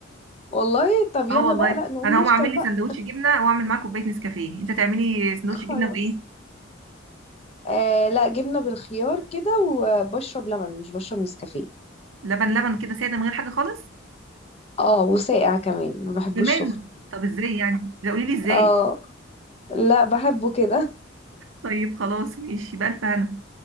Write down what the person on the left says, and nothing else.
والله طب يلا
بقى لا نقوم
نفطر
بقى
خلاص
آه لا جبنة بالخيار كده وبشرب لبن مش بشرب نسكافيه
اه وساقع كمان ما بحبوش
سخن
اه لا بحبه كده